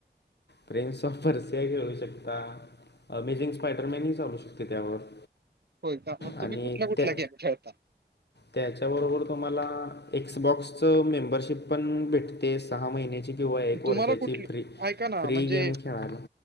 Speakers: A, on the left; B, on the right.
A: प्रिंस ऑफ परर्सिया खेळू शकता. अमेझिंग स्पायडरमॅनही चालू शकते त्यावर
B: होय का मग
A: आणि
B: तुम्ही कुठल्या, कुठल्या
A: त्या
B: गेम खेळतात?
A: त्याच्याबरोबर तुम्हाला एक्सबॉक्सच मेंबरशिप पण भेटते सहा महिन्याची. किंवा एक वर्षाची
B: तुम्हाला कुठली
A: फ्रीरी,
B: ऐका ना
A: फ्रीरी
B: म्हणजे
A: गेम खेळाला.